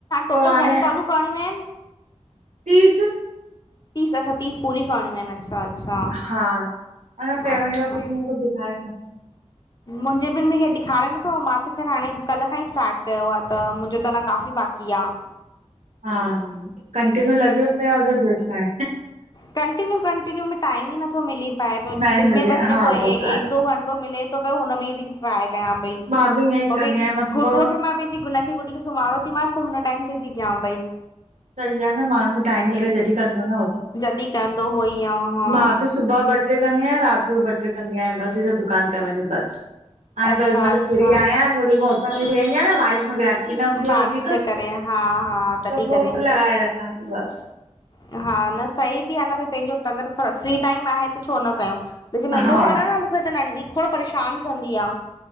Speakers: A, on the right; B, on the left.
A: त
B: टोटल घणी
A: हे
B: कॉलूं करणियूं आहिनि
A: तीस <unintelligible>
B: तीस असां खे तीस पूरी करणूं आहिन, अच्छा! अच्छा
A: हा, पेमेंट
B: अच्छा
A: जो कुझु कुझु ॾेखारे नथो।
B: मुंहिंजे ॿि न ॾेखारे नथो, मां त ख़ैरु हाणे कल्ह खां ई स्टार्ट कयो आ त मुंजो त अ न काफ़ी बाक़ी कया <inaudible>
A: हा, कंटिन्यू लॻियो पियो हुजो, ॿियो छा।
B: कंटिन्यू कंटिन्यू में टाइम ई नथो मिली पए पियो, दिन
A: न
B: में
A: मिले
B: बस जेको
A: हा
B: एक
A: उहो त आहे
B: दो वंटो मिले थो पियो हुन में ई ट्राए कयां पई,
A: मां ईअं ई
B: पो बि
A: कंदी आहियां मां सुबुह
B: गुडूअ खे मां पैंजी नंढी कुुड़ खे सुमारो थी मांस त हुन टाइम ते थी कयां पई।
A: सही आहे न, माण्हू खे टाइम मिले जॾहिं कंदो न हो त,
B: जॾहिं कंदो हुअई हा हा
A: मां बि सुबुह वठ ॿ टे कंदी आहियां, रात जो ॿ टे कंदी आहियां बस दुकान ते वंञी बस। हाणे
B: अच्छा
A: त मतलबु
B: अच्छा
A: फ्री आहियां, थोङी मौसम में चेंज आहे न बारिश ग्राहकी न हूंदी
B: बारिश
A: आ वधीक
B: जे करे हा हा तॾहिं
A: त पो
B: करे
A: लॻाए रखांस बस।
B: हा, न सही बि आहे न भई, पंहिंजो अगर फ्री टाइम आहे त छो न कयूं। लेकिन नंढो
A: हा हा
B: ॿार आ न मूंखे त नंढी खोड़ परेशान कंदी आ,